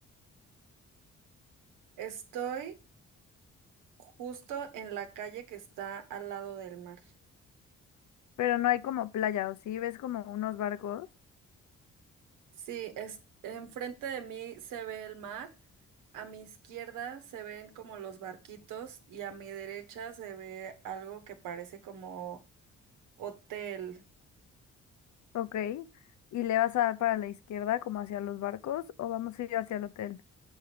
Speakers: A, on the right; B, on the left.
A: Estoy justo en la calle que está al lado del mar.
B: Pero no hay como playa, ¿o sí? ¿Ves como unos barcos?
A: Sí, es, enfrente de mí se ve el mar, a mi izquierda se ven como los barquitos y a mi derecha se ve algo que parece como hotel.
B: Ok. ¿Y le vas a dar para la izquierda como hacia los barcos o vamos a ir hacia el hotel?